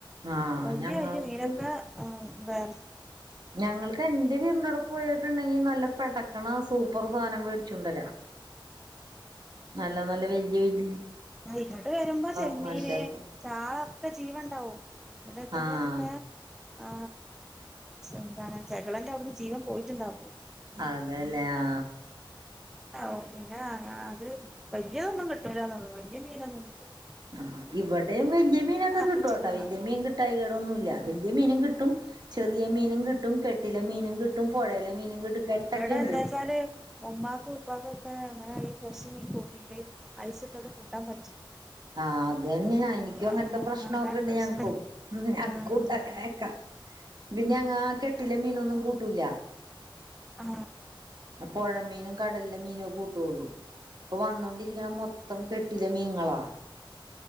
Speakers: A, on the right; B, in the centre.
A: ആഹ്
B: വലയ
A: ഞങ്ങൾക്ക്
B: മീനൊക്കെ ആ വേ
A: ഞങ്ങൾക്ക് എന്റെ വീടിനോടും പ്പോയീട്ടുണ്ടങ്കില് ന്നല്ലപെടക്ക്ണ സൂപ്പർ സാധനം വേട് ചൊണ്ട് രാ ന്നല്ല ന്നല്ല വെല്ല്യ വെല്
B: ആ ഇങ്ങട്ട് വരുമ്പോ ചെമ്മീന്
A: അങ്ങനത്തെയൊക്കെ
B: ചാളൊക്കെ ജീവം ണ്ടാവും ഇങ്ങട്ടെ ത്തുമ്പൊത്ത്
A: ആഹ്
B: ക്കെ ആ എന്താണ് ചകളന്റെ അവിട്ന്ന് ജീവൻ പോയിട്ടുണ്ടാവില്ല
A: അതേലെ ആ
B: <unintelligible> പിന്നെ അത് വല്ല്യയതൊന്നും കിട്ടൂലന്നൊള്ളു വല്ല്യയ മീനൊന്നും കിട്ടൂല
A: ആ ഇവിടെയും വെല്ല്യ മീനൊക്കെ
B: മാർക്കറ്റ്
A: കിട്ടും ട്ടോ
B: പോയി
A: വെല്ല്യ
B: വാങ്ങും
A: മീൻ കിട്ടായികേട് ഒന്നുല്ല
B: ഉം
A: വെല്ല്യ മീനും കിട്ടും. ചെറിയ മീനും കിട്ടും കെട്ടില മീനും കിട്ടും പുഴയിലെ മീനും കിട്ടും കെട്ടൊക്കെ
B: ഇബടെ
A: ഉണ്ട്
B: എന്താ ച്ചാല് ഉമ്മാക്കും ഉപ്പക്കും ഒക്കെ അങ്ങനെ ഫ്രഷ് മീൻകൂട്ടിട്ട് ഐസ് ഇട്ടത് കൂട്ടാൻ പ
A: ആ അത് അന്നെ എനിക്കും അങ്ങനത്തെ
B: ആഹ്
A: പ്രശ്നൊക്കെ
B: അതാണ്
A: ഇണ്ട്
B: പ്രശ്നം
A: ഞങ്ങക്കും ഞങ്ങക്കൂണ്ടങ്ങനൊക്കെ
B: ആഹ്
A: പിന്നെങ്ങാ കെട്ടിലെ മീനൊന്നും കൂട്ടുലാ.
B: ആ
A: പൊഴമീനും കടലിലെ മീനുവേ കൂട്ടു ഒള്ളൂ ഇപ്പൊ വന്നോണ്ടിരിക്കണ മൊത്തം കെട്ടിലെ മീങ്ങളാ